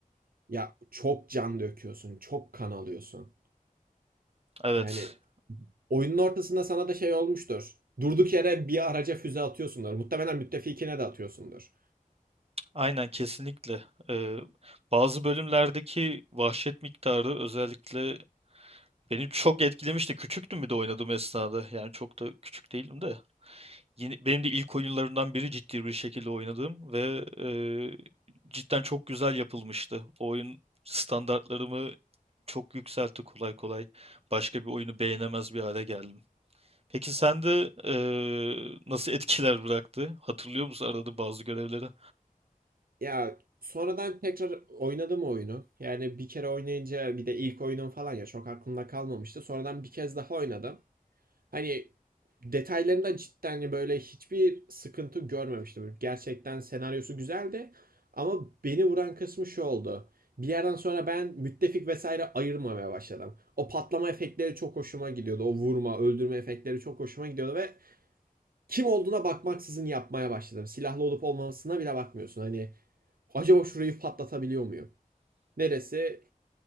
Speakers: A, on the right; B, on the right.
A: Ya çok can döküyorsun, çok kan alıyorsun.
B: Evet
A: Yani Oyunun ortasında sana da şey olmuştur. Durduk yere bir araca füze atıyorsundur. Muhtemelen müttefikine de atıyorsundur.
B: Aynen kesinlikle. Ee, bazı bölümlerdeki vahşet miktarı özellikle beni çok etkilemişti. Küçüktüm bir de oynadığım esnada. Yani çok da küçük değilim de. Yine, benim de ilk oyunlarımdan biri ciddi bir şekilde oynadığım ve e, cidden çok güzel yapılmıştı. O oyun standartlarımı çok yükseltti kolay kolay. Başka bir oyunu beğenemez bir hale geldim. Peki sende eee, nasıl etkiler bıraktı? Hatırlıyor musun arada bazı görevleri?
A: Ya sonradan tekrar oynadım o oyunu. Yani bir kere oynayınca bir de ilk oyunum falan ya çok aklımda kalmamıştı. Sonradan bir kez daha oynadım. Hani detaylarında cidden hani böyle hiçbir sıkıntı görmemiştim. Gerçekten senaryosu güzeldi. Ama beni vuran kısmı şu oldu. Bir yerden sonra ben müttefik vesaire ayırmamaya başladım. O patlama efektleri çok hoşuma gidiyordu. O vurma, öldürme efektleri çok hoşuma gidiyordu ve kim olduğuna bakmaksızın yapmaya başladım. Silahlı olup olmamasına bile bakmıyorsun. Hani acaba şurayı patlatabiliyor muyum? Neresi